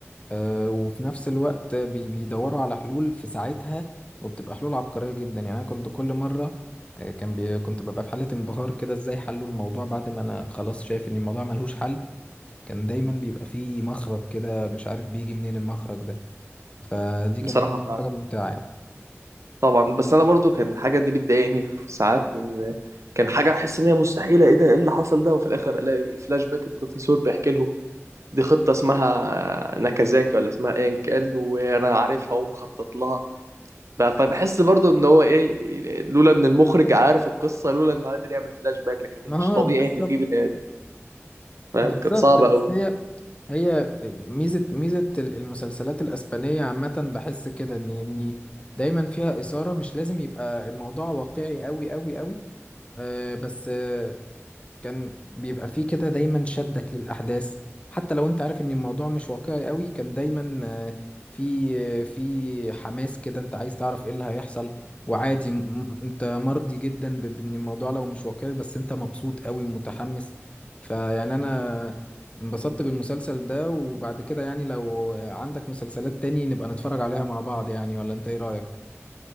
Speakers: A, on the left; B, on the right.
A: آه، وفي نفس الوقت بي- بيدوروا على حلول في ساعتها وبتبقى حلول عبقرية جدا يعني أنا كنت كل مرة آه، كان بي... كنت ببقى في حالة انبهار كده إزاي حلوا الموضوع بعد ما أنا خلاص شايف إن الموضوع ملهوش حل كان دايما بيبقى فيه مخرج كده مش عارف بيجي منين المخرج ده فدي كانت
B: بصراحه
A: أكتر
B: فعلا
A: حاجة ممتعة يعني
B: طبعا بس انا برضو كان الحاجه دي بتضايقني في ساعات لان كان حاجه احس ان هي مستحيله ايه ده ايه اللي حصل ده وفي الاخر الاقي فلاش باك البروفيسور بيحكي لهم دي خطه اسمها ناكازاكي ولا اسمها ايا كان وانا عارفها ومخطط لها ف- فبحس برضو ان هو ايه لولا ان المخرج عارف القصه لولا انه قادر يعمل فلاش باك لكن
A: اه
B: مش طبيعي
A: بالظبط
B: ان في بني ادم فاهم
A: بالظبط
B: كانت صعبه
A: بس
B: قوي
A: هي هي ميزة ميزة ال- المسلسلات الأسبانية عامة بحس كده إن إن دايما فيها إثارة مش لازم يبقى الموضوع واقعي أوي أوي أوي آه، بس آه، كان بيبقى فيه كده دايما شدك للأحداث حتى لو انت عارف ان الموضوع مش واقعي قوي كان دايما آه، في آه، في حماس كده انت عايز تعرف ايه اللي هيحصل وعادي م- م- انت مرضي جدا ب- بان الموضوع لو مش واقعي بس انت مبسوط قوي ومتحمس فيعني انا انبسطت بالمسلسل ده وبعد كده يعني لو عندك مسلسلات تاني نبقى نتفرج عليها مع بعض يعني ولا انت ايه رأيك؟